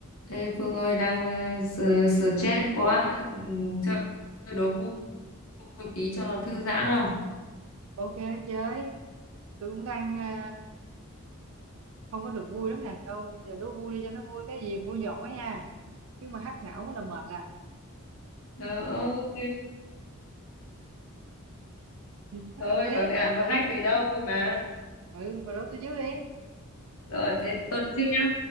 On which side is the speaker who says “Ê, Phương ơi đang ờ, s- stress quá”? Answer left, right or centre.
Left